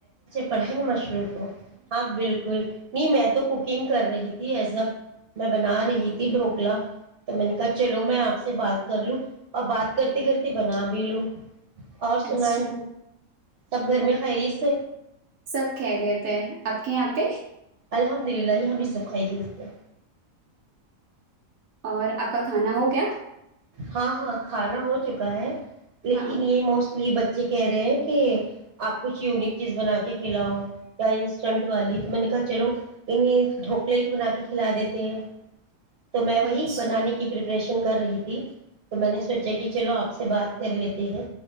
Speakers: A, on the right; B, on the right.
A: پڑائی میں مش <unintelligible> رکو ہاں بالکل <unintelligible> نہیں میں تو کوکنگ کر رہی تھی ایز ا میں بنا رہی تھی ڈھوکلا تو میں نے کہا چلو میں آپ سے بات کر لوں اور بات کرتے کرتے بنا بھی لوں اور سنائ
B: اچھا
A: سب گھر میں خیریت سے
B: سب خیریت ہے آپ کے یہاں پہ
A: الحمد للہ یہاں بھی سب خیریت ہیں
B: اور آپ کا کھانا ہو گیا
A: ہاں ہاں کھانا ہو چکا ہے لیکن
B: ہاں
A: یہ مست <unintelligible> یہ بچے کہہ رہے ہیں کہ آپ کچھ یونک چیز بنا کے کھلاؤ یا انسٹنٹ والی تو میں نے کہا چلو انیں ڈھوکلے ہی بنا کے کھلا دیتے ہیں تو میں وہی
B: اچھا
A: بنانے کی پرریپریشن کر رہی تھی <unintelligible> تو میں نے سوچا کہ چلو آپ سے بات کر لیتے ہیں